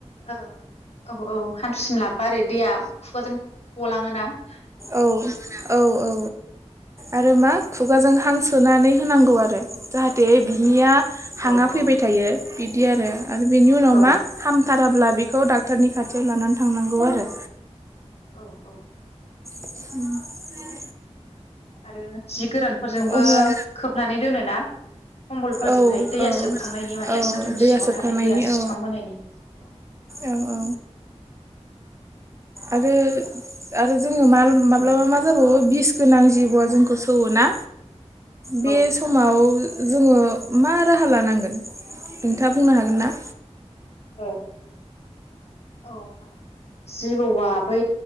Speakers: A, on the left; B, on the right.
A: औ औ औ हान्थुसिम लाबबा ओरै दैया खुगाजों गलाङोना
B: औ
A: उम
B: औ औ आरो मा खुगाजों
A: औ
B: हां सोनानै होनांगौ आरो जाहाथे बिनिया हाङा
A: औ औ
B: फैबाय थायो बिदि आरो आरो बेनि उनाव
A: औ
B: मा हामथाराब्ला बि खौ डाक्टरनि खाथियाव लानानै थांनांगौ आरो।
A: औ औ
B: औ
A: आरो जि गोरान फोरजोंबो
B: अब्ला
A: खोबनानै दोनोना? खम्बलफोरजोंहाय
B: औ
A: दैया
B: औ
A: सोबखांनायनि माने
B: औ
A: मोदोम
B: दैया
A: सिङाव
B: सोबखांनायनि
A: थानाय दैया सोबखांबोनायनि
B: औ
A: औ
B: औ औ आरो आरो जोङो मा माब्लाबा
A: औ
B: मा जाबावो। बिस गोनां जिबौआ जोंखौ सौवोना बे
A: औ
B: समाव जोङो मा राहा लानांगोन नोंथाङा बुंनो हागोन ना?
A: ओ औ हागोन जिबौआ बै